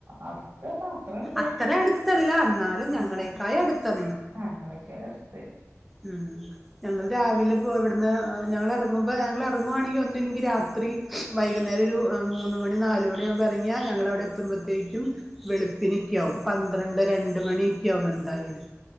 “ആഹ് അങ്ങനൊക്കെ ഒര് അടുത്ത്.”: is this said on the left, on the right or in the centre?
Right